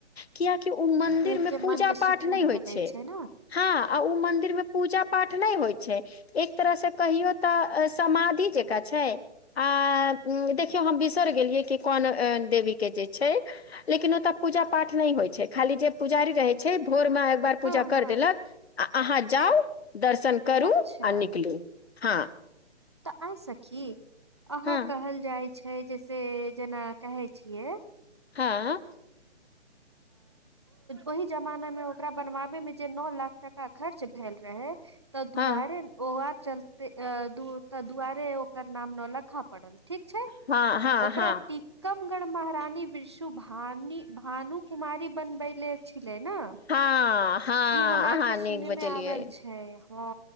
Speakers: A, on the left; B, on the right.
A: कियकि ओ मंन्दिर
B: देख
A: मे
B: के मन
A: पूजा
B: के सुकून
A: पाठ नहि होइ
B: लगै
A: छै
B: ने
A: हँ आ ओ मंन्दिर मे पूजा पाठ नहि होइ छै एक तरहसँ कहियौ तऽ समाधि जेका छै आ देखियौ हम बिसर गेलियै कि कोन देवी के जे छै लेकिन ओतऽ पूजा पाठ नहि होइ छै खाली जे पुजारी रहै छै भोरमे एकबार पूजा
B: हँ
A: कर
B: हँ
A: देलक आ अहाँ जाउ दर्शन करू
B: अच्छा
A: आ निकलू हँ
B: तऽ आइ सखी अहाँ
A: हँ
B: कहल जाय छै जैसे जेना कहै छियै
A: हँ
B: ओहि जमाना मे ओकरा बनवाबे मे जे नओ लाख टका खर्च भेल रहै ता
A: हँ
B: दुआरे ओ चलते ता दुआरे ओकर नाम नौलक्खा पड़ल ठीक छै
A: हँ हँ
B: ओकरा
A: हँ
B: टिपगमघड महारानी विषु भानी भानु कुमारी बनबैले छलै ने
A: हँ हँ
B: ई हमरा आरके
A: अहाँ
B: सुनयमे
A: नीक बजलियै
B: आबल छै हँ